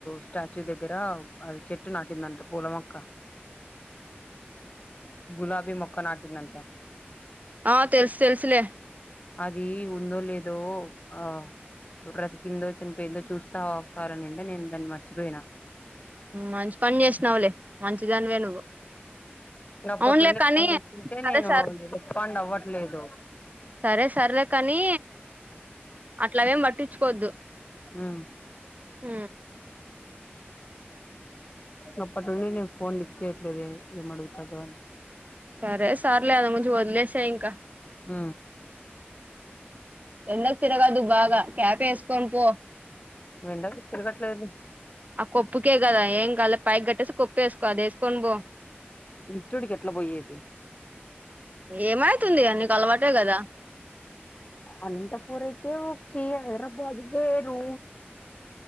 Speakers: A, on the left (about 35°); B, on the right (about 40°).
A: స్టాచ్యూ దగ్గర అది చెట్టు నాటిందంట పూలమొక్క గులాబీ మొక్క నాటిందంట
B: ఆ తెలుసు తెలుసులే
A: అది ఇది ఉందో లేదో ఆ అక్కడ కిందోచ్చిన పేర్లను చూస్తే తా కారం నిండా నేను దాన్ని మర్చి చ్చి పోయినా
B: మంచి పని చేసినవలే మంచిదానివే నువ్వు
A: నాప్పటి
B: అవునులే
A: నుండి
B: కానీ
A: ఫోన్ చేసుకుంటే
B: సరే
A: నేను
B: సర్
A: రెస్పాండ్ అవ్వట్ లేదు
B: సరే సర్లే కాని అట్లావేం పట్టించుకోవద్దు
A: ఉ
B: ఊ
A: నప్పటినుండి నేను ఫోన్ లిఫ్ట్ చేయట్లేదు ఏమి ఏం అడుగుతారు ఏమో అని
B: సరే సార్లే అది ముంచి వొదిలేసేయ్ సయింకా
A: ఊ
B: ఎండకు తిరగద్దు బాగా క్యాప్ ఏసుకొని పో
A: ఎండకి తిరగట్లేదు
B: ఆ కొప్పుకే కదా ఏంగ్ కళ్ళ పైకి కట్టేసి కొప్పు వేసుకో అది ఏస్కోని పో
A: ఇన్స్టిట్యూట్ క ఎట్లా పోయేది
B: ఏమైతుంది అ నీకు అలవాటే కదా
A: అనంతపూర్ అయితే ఒకి హైదరాబాద్ వేరు